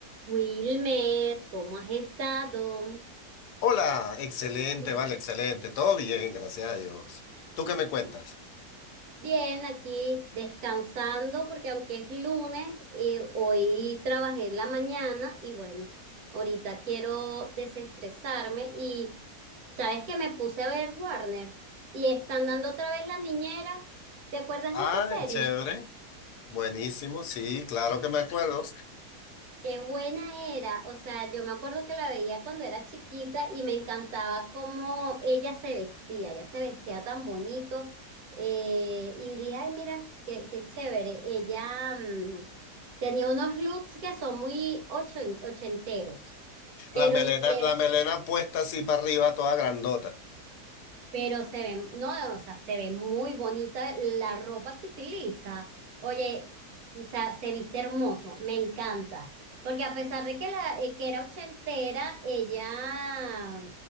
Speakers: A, on the right; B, on the left.
A: Wilmer, ¿cómo has estado?
B: Hola, excelente,
A: <laughs>
B: vale, excelente. Todo bien, gracias a Dios. ¿Tú qué me cuentas?
A: Bien, aquí descansando porque aunque es lunes, eh, hoy trabajé en la mañana y bueno, ahorita quiero desestresarme y sabes que me puse a ver Warner y están dando otra vez La Niñera. ¿Te acuerdas
B: Ay,
A: de esa serie?
B: chévere. Buenísimo, sí, claro que me acuerdo.
A: Qué buena era, o sea, yo me acuerdo que la veía cuando era chiquita y me encantaba cómo ella se vestía, ella se vestía tan bonito eh, y dije, ay, mira, qué, qué chévere, ella mm, tenía unos looks que son muy ocho- ochenteros, pero
B: La melena,
A: de,
B: la melena puesta así para arriba, toda grandota.
A: pero se ve, no, o sea, se ve muy bonita la ropa que utiliza. Oye, o sea, se viste hermoso, me encanta. Porque a pesar de que, la, eh, que era ochentera, ella,